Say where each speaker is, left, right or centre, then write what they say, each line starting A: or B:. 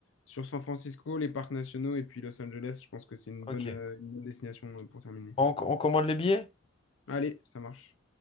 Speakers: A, on the left; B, on the left.
A: sur San Francisco, les parcs nationaux et puis Los Angeles. Je pense que c'est une
B: Ok.
A: bonne, euh, une bonne destination euh, pour terminer.
B: On, on commande les billets?
A: Allez, ça marche.